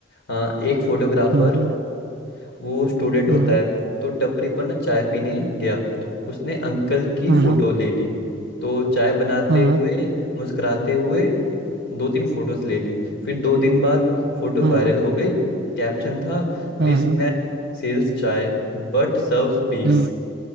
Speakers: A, on the left; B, on the right.
A: हाँ एक फोटोग्राफर
B: हम्म
A: वो स्टूडेंट होता
B: हम्म
A: है तो टपरी पर ना चाय पीने गया उसने अंकल की
B: हम्म
A: फोटो ले ली तो चाय बनाते
B: हम्म
A: हुए मुस्कुराते हुए ए- दो तीन फोटोज ले ली फिर दो दिन बाद फोटो
B: हम्म
A: वायरल हो गई कैप्शन था
B: हम्म
A: this man sells chai but serves peace
B: हम्म